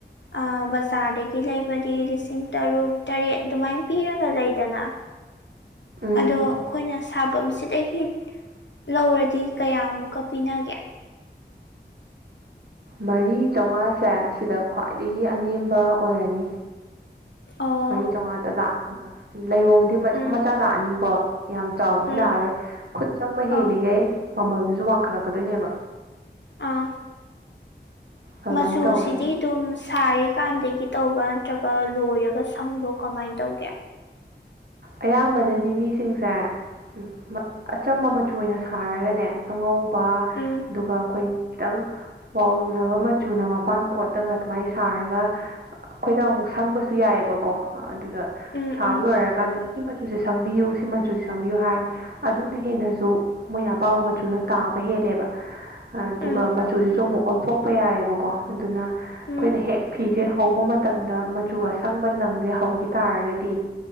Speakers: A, on the left; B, on the right.
A: ꯑ ꯕꯖꯥꯔꯗꯒꯤ ꯂꯩꯕꯗꯤ ꯂꯤꯁꯤꯡ ꯇꯔꯨꯛ ꯇꯔꯦꯠ ꯑꯗꯨꯃꯥꯏꯅ ꯄꯤꯔꯒ ꯂꯩꯗꯅ
B: <inaudible> ꯎꯝ
A: ꯑꯗꯣ ꯑꯩꯈꯣꯏꯅ ꯁꯥꯚꯝꯁꯤꯗꯒꯤ ꯂꯧꯔꯗꯤ ꯀꯌꯥꯃꯨꯛꯀ ꯄꯤꯅꯒꯦ
B: ꯃꯔꯤ ꯆꯧꯉꯥꯁꯦ ꯁꯤꯗ ꯈ꯭ꯋꯥꯏꯗꯒꯤ ꯑꯅꯦꯝꯕ ꯑꯣꯏꯔꯅꯤ
A: ꯑꯣ
B: ꯃꯔꯤ ꯆꯧꯉꯥꯗ ꯂꯥꯛꯑꯅꯤꯕ ꯂꯩꯥꯏꯔꯣꯡꯗꯤ ꯃꯆꯥ
A: ꯎꯝ
B: ꯃꯆꯥ ꯂꯥꯛꯑꯅꯤꯀꯣ ꯌꯥꯝ ꯆꯥꯎꯕꯗꯤ
A: ꯎꯝ
B: ꯂꯥꯛꯑꯔꯣꯏ ꯈꯨꯠ ꯆꯪꯕ ꯍꯦꯜꯂꯤꯒꯩ
A: ꯑꯧ
B: ꯃꯃꯜꯗꯨꯁꯨ ꯋꯥꯡꯈꯠꯂꯛꯀꯗꯣꯏꯅꯦꯕ
A: ꯑꯥ
B: ꯑꯗꯨꯃꯥꯏꯅ
A: ꯃꯆꯨꯁꯤꯗꯤ
B: ꯇꯧꯋꯦ
A: ꯑꯗꯨꯝ ꯁꯥꯔꯤꯀꯥꯟꯗꯒꯤ ꯇꯧꯕ꯭ꯔꯥ ꯅꯠꯇ꯭ꯔꯒ ꯂꯣꯏꯔꯒ ꯁꯪꯕ꯭ꯔꯣ ꯀꯃꯥꯏꯟ ꯇꯧꯒꯦ
B: ꯑꯌꯥꯝꯕꯅꯗꯤ ꯃꯤꯁꯤꯡꯁꯦ ꯎꯝ ꯃ ꯑꯆꯝꯕ ꯃꯆꯨ ꯑꯣꯏꯅ ꯁꯥꯔꯒꯅꯦ ꯑꯉꯧꯕ
A: ꯎꯝ
B: ꯑꯗꯨꯒ ꯑꯩꯈꯣꯏ ꯈꯤꯇꯪ ꯋꯥꯔꯨꯅꯕ ꯃꯆꯨꯅ ꯃꯄꯥꯟ ꯀꯣꯠꯂꯒ ꯑꯗꯨꯃꯥꯏ ꯁꯥꯔꯒ ꯑꯩꯈꯣꯏꯗ ꯑꯃꯨꯛ ꯁꯪꯕꯁꯨ ꯌꯥꯏꯑꯦꯕꯀꯣ ꯑꯗꯨꯗ
A: ꯎꯝ
B: ꯁꯥꯕ
A: ꯎꯝ
B: ꯂꯣꯏꯔꯀꯥꯟꯗ ꯁꯤ ꯃꯆꯨꯁꯦ ꯁꯪꯕꯤꯌꯨ ꯁꯤ ꯃꯆꯨꯁꯦ ꯁꯪꯕꯤꯌꯨ ꯍꯥꯏꯔꯅꯤ ꯑꯗꯨꯅ ꯍꯦꯟꯅꯖꯨ ꯃꯣꯏ ꯑꯄꯥꯝꯕ ꯃꯆꯨꯗꯣ ꯇꯥꯕ ꯍꯦꯜꯂꯦꯕ ꯑꯗꯨꯒ
A: ꯎꯝ
B: ꯃꯆꯨꯁꯤꯁꯨ ꯑꯃꯨꯛ ꯑꯣꯟꯊꯣꯛꯄ ꯌꯥꯏꯑꯦꯕꯀꯣ ꯑꯗꯨꯅ ꯑꯩꯈꯣꯏꯅ
A: ꯎꯝ
B: ꯍꯦꯛ ꯐꯤꯁꯦ ꯍꯧꯕ ꯃꯇꯝꯗ ꯃꯆꯨ ꯑꯁꯪꯕ ꯂꯪꯁꯦ ꯍꯧꯒꯤ ꯇꯥꯔꯒꯗꯤ